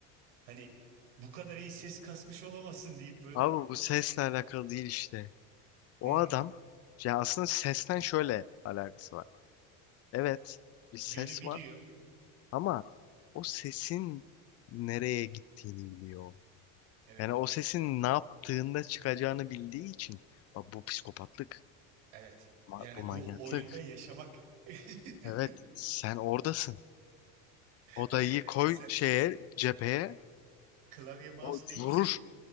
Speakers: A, on the right; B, on the left.
A: Hani bu kadar iyi ses kasmış olamazsın deyip böyle
B: Abi bu sesle alakalı değil işte.
A: hmm,
B: O adam ya aslında sesten şöyle alakası var. Evet bir ses
A: yönü biliyor.
B: var ama o sesin nereye gittiğini biliyor.
A: Evet
B: Yani
A: abi.
B: o sesin ne yaptığında çıkacağını bildiği için bak bu psikopatlık,
A: Evet.
B: ma-
A: Yani
B: bu manyaklık.
A: bu oyunda yaşamak. <laughs>
B: Evet sen oradasın. Odayı
A: Hani
B: koy
A: sen
B: şeye cepheye
A: klavye mouse
B: o
A: değilsin.
B: vurur